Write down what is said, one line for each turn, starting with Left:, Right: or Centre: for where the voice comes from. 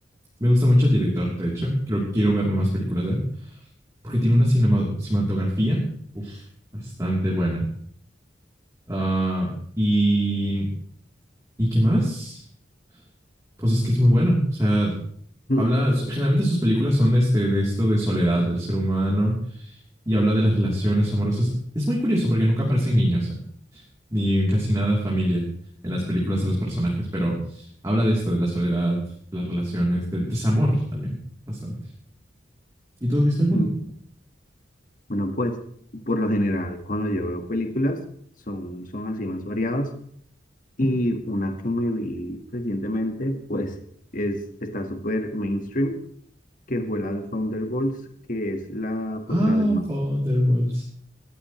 Right: Me gusta mucho el director, de hecho, creo que quiero verme más películas de él. porque tiene una cinema- cinematografía uf, bastante buena. Ah, y, ¿y qué más? Pues es que es muy bueno. O sea,
Left: Mm,
Right: habla, generalmente sus películas son de, este, de esto de soledad del ser humano y habla de las relaciones amorosas. Es muy curioso porque nunca aparecen niños, ¿eh? ni casi nada familia en las películas de los personajes, pero habla de esto, de la soledad, de las relaciones, del desamor también, bastante. ¿Y tú has visto alguna?
Left: mm. Bueno, pues, por lo general, cuando yo veo películas, son, son así más variadas. Y una que me vi recientemente, pues, es, está súper mainstream, que fue la de Thunderbolts, que es la,
Right: Ah,
Left: pues, la de Marvel.
Right: Thunderbolts.